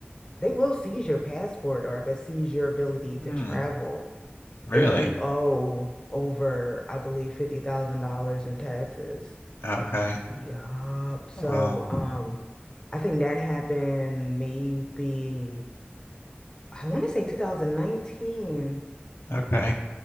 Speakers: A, on the left (about 20°); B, on the left (about 65°).
A: they will seize your passport or like seize your ability to
B: Hmm,
A: travel
B: really?
A: if you owe over, I believe, fifty thousand dollars in taxes.
B: Okay.
A: Yup. So
B: Well,
A: um I think that happened maybe I want to say 2019.
B: okay.